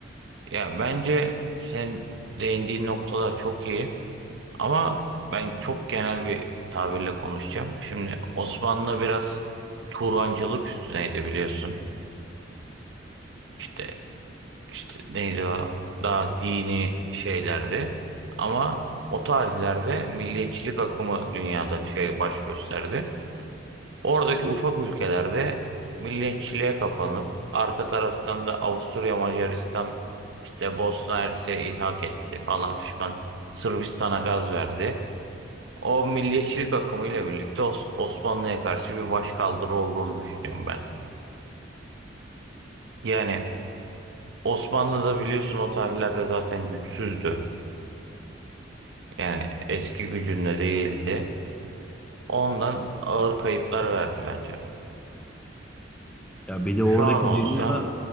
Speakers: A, on the right (about 65°); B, in the centre.
A: Ya bence sen değindiğin noktalar çok iyi ama ben çok genel bir tabirle konuşacağım. Şimdi Osmanlı biraz Turancılık üstüneydi biliyorsun. İşte işte neydi o? Daha dini şeylerdi. Ama o tarihlerde milliyetçilik akımı dünyada şey baş gösterdi. Oradaki ufak ülkelerde milliyetçiliğe kapanıp arka taraftan da Avusturya Macaristan işte Bosna Hersek'e ilhak etti falan fişman Sırbistan'a gaz verdi. O milliyetçilik akımıyla birlikte Os- Osmanlı'ya karşı bir başkaldırı olduğunu düşünüyorum ben. Yani Osmanlı da biliyorsun o tarihlerde zaten güçsüzdü. Yani eski gücünde değildi. Ondan ağır kayıplar verdi bence.
B: Ya bir de
A: Şu
B: oradaki
A: an olsa
B: durumda